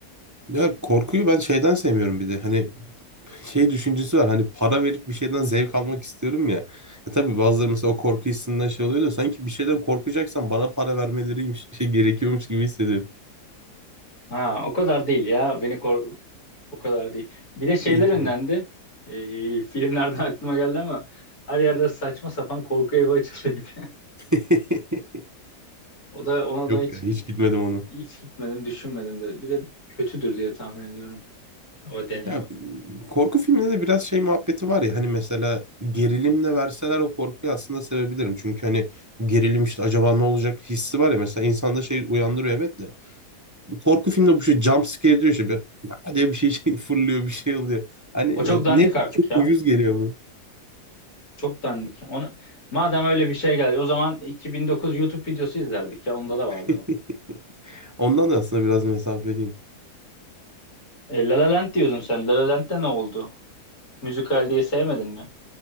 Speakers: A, on the right; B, on the left.
A: Ya korkuyu ben şeyden sevmiyorum bir de. Hani şey düşüncesi var hani para verip bir şeyden zevk almak istiyorum ya. E tabii bazıları mesela o korku hissinden şey oluyor da sanki bir şeyden korkacaksan bana para vermeleriymiş <laughs> şey gerekiyormuş gibi hissediyorum.
B: Ha, o kadar değil ya. Beni kork O kadar değil. Bir de şeyler
A: Belki
B: önlendi.
A: bu.
B: Ee, filmlerden <laughs> aklıma geldi ama her yerde saçma sapan korku evi açıldı bir de. <laughs>
A: <laughs>
B: O da ona
A: Yok
B: da hiç
A: ya hiç gitmedim onu.
B: hiç gitmedim, düşünmedim de. Bir de kötüdür diye tahmin ediyorum o deneyim.
A: Ya korku filminde de biraz şey muhabbeti var ya hani mesela gerilimle verseler o korkuyu aslında sevebilirim. Çünkü hani gerilim işte acaba ne olacak hissi var ya mesela insanda şey uyandırıyor evet de. Bu korku filmde bu şey jump scare diyor işte. Bir, "Aa" diye bir şey, şey fırlıyor bir şey oluyor. Hani e,
B: O çok dandik
A: ne ki
B: artık
A: çok
B: ya.
A: ucuz geliyor bu.
B: Çok dandik. Onu madem öyle bir şey geldi o zaman 2009 YouTube videosu izlerdik ya. Onda da vardı
A: <laughs>
B: o.
A: Ondan
B: O-
A: da aslında biraz mesafeliyim.
B: E, La La Land diyordun sen. La La Land'de ne oldu? Müzikal diye sevmedin mi?